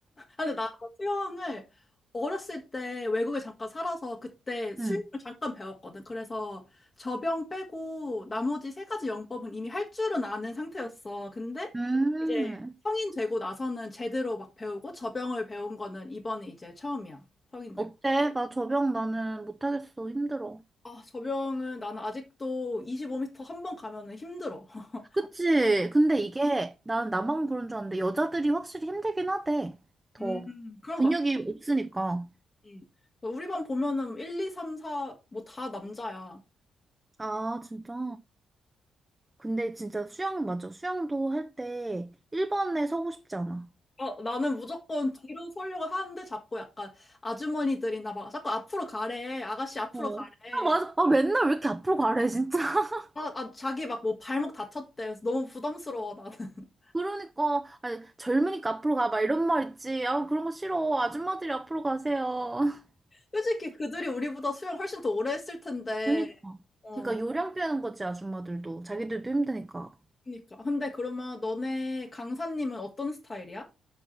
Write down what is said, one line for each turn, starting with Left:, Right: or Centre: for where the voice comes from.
Left: 아, 근데 나 수영을 어렸을 때 외국에 잠깐 살아서 그때 수영을
Right: 응.
Left: 잠깐 배웠거든. 그래서 저병 빼고 나머지 세 가지 영법은 이미 할 줄은 아는 상태였어. 근데
Right: 음.
Left: 이제 성인 되고 나서는 제대로 막 배우고 저병을 배운 거는 이번이 이제 처음이야. 성인
Right: 어때?
Left: 되고.
Right: 나 저병 나는 못하겠어. 힘들어.
Left: 아, 저병은 나는 아직도 25m 한 번 가면은 힘들어. <laughs>
Right: 그치? 근데 이게 나는 나만 그런 줄 알았는데 여자들이 확실히 힘들긴 하대. 더
Left: 음, 그런
Right: 근육이
Left: 것 같아.
Right: 없으니까.
Left: 음. 우리 반 보면은 1, 2, 3, 4, 뭐 다 남자야.
Right: 아, 진짜? 근데 진짜 수영 맞아. 수영도 할 때 1번에 서고 싶지 않아.
Left: 어, 나는 무조건 뒤로 서려고 하는데 자꾸 약간 아주머니들이나 막 자꾸 앞으로 가래. 아가씨 앞으로
Right: 어.
Left: 가래.
Right: 아, 맞아. 아, 맨날 왜 이렇게 앞으로 가래, 진짜. <laughs>
Left: 아, 아, 자기 막 뭐 발목 다쳤대. 그래서 너무 부담스러워, 나는. <laughs>
Right: 그러니까, 아니, 젊으니까 앞으로 가. 막 이런 말 있지. 아, 그런 거 싫어. 아줌마들이 앞으로 가세요. <laughs>
Left: 솔직히 그들이 우리보다 수영 훨씬 더 오래 했을 텐데.
Right: 그니까.
Left: 어,
Right: 그니까 요령 빼는 거지, 아줌마들도. 자기들도 힘드니까.
Left: 그니까. 근데 그러면 너네 강사님은 어떤 스타일이야?